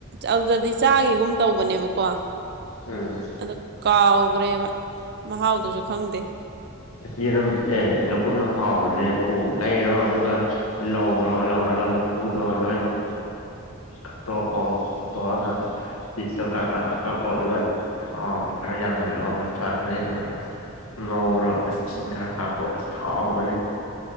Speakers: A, on the right; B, on the left.
A: ꯑꯗꯨꯗꯗꯤ ꯆꯥꯒꯤꯒꯨꯝ ꯇꯧꯕꯅꯦꯕꯀꯣ
B: ꯎꯝ
A: ꯑꯗꯨ ꯀꯥꯎꯈ꯭ꯔꯦꯕ ꯃꯍꯥꯎꯗꯨꯁꯨ ꯈꯪꯗꯦ꯫
B: ꯆꯔꯨꯝ ꯑꯦ ꯉꯥꯄ꯭ꯔꯨꯝꯗꯣ ꯍꯥꯎꯕꯅꯦ ꯄꯨꯕ ꯂꯩꯔꯣ ꯑꯗꯨꯒ ꯂꯧꯔꯣ ꯂꯧꯔꯒ ꯃꯀꯨꯗꯣ ꯂꯣꯏꯅꯃꯛ ꯀꯥꯛꯇꯣꯛꯑꯣ ꯇꯣꯑꯒ ꯄꯤꯁꯇꯣ ꯀꯛ ꯀꯛꯑꯣ ꯑꯗꯨꯒ ꯊꯥꯎ ꯈꯔ ꯌꯥꯝꯍꯜꯂꯣ ꯃꯁꯂꯥ ꯈꯔ ꯌꯥꯝꯍꯜꯂꯣ ꯑꯁ ꯉꯧꯔꯣ ꯑꯁ ꯏꯁꯤꯡ ꯈꯔ ꯍꯥꯞꯄꯣ ꯑꯁ ꯍꯥꯎꯕꯅꯦ